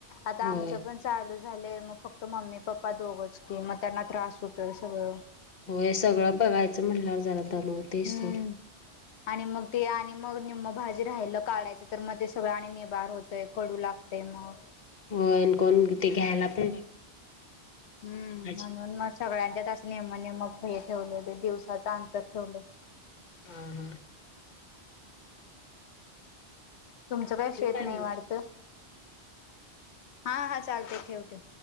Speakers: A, on the left (about 85°); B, on the left (about 45°).
A: आता
B: होय
A: आमचं पण चालूच झालेय म फक्त मम्मी पप्पा दोघच की मग त्यांना त्रास होतोय सगळं.
B: हो हे सगळं बघायचं म्हटल्यावर झालं दमवते
A: हम्म
B: सोड.
A: आणि मग ते आणि मग निम्म भाजी राहिल काढायचं तर मग ते सगळं आणि निभार होतंय कडू लाग ते मग
B: होन कोण ते घ्यायला पण <inaudible>
A: हम्म
B: भाजी
A: म्हणून मग सगळ्यांच्यातच नेमं नेमं हे ठेवलेले दिवसाचा अंतर ठेवले.
B: हा हा.
A: तुमचं काय
B: ठेवू
A: शेत नाही
B: मग
A: वाढतं हा हा चालते ठेव ठेव.